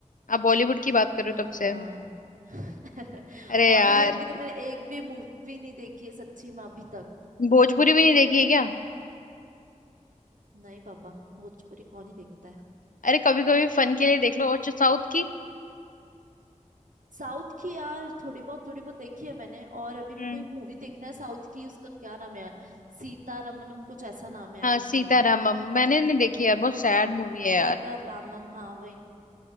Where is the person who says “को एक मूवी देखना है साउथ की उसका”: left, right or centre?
Right